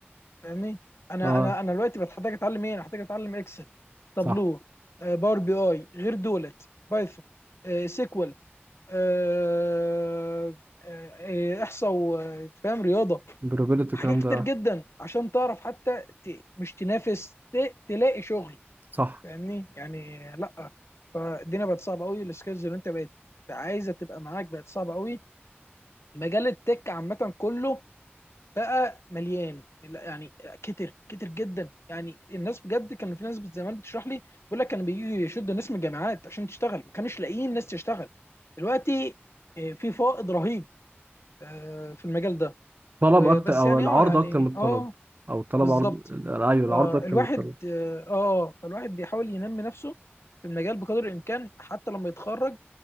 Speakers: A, on the left (about 80°); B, on the right (about 45°).
A: فاهمني انا
B: اه
A: انا انا دلوقتي بتحتاج اتعلم ايه انا محتاج اتعلم اكسل تابلو
B: صح
A: آه، باور بي اي غير دولت بايثون آه، سيكوال آه، آه، آه، احصاء وفاهم رياضه
B: بروبابيلتي
A: حاجات
B: الكلام
A: كتير
B: ده آه.
A: جدا عشان تعرف حتى ت- مش تنافس ت- تلاقي شغل
B: صح
A: فاهمني يعني لا فالدنيا بقت صعبه قوي السكيلز اللي انت بقت عايزه تبقى معاك بقت صعبه قوي مجال التك عامه كله بقى مليان لا يعني كتر كتر جدا يعني الناس بجد كان في ناس زمان بتشرح لي بيقول لك كانوا بييجوا يشدوا ناس من الجامعات عشان تشتغل ما كانوش لاقيين ناس تشتغل دلوقتي آه، في فائض رهيب آه، في المجال ده
B: طلب
A: وبس
B: اكتر او
A: يعني
B: العرض
A: اه يعني
B: اكتر من الطلب
A: اه
B: او الطلب
A: بالظبط
B: عرض ايوه العرض
A: فالواحد
B: اكتر من الطلب
A: اه آه، فالواحد بيحاول ينمي نفسه في المجال بقدر الامكان حتى لما يتخرج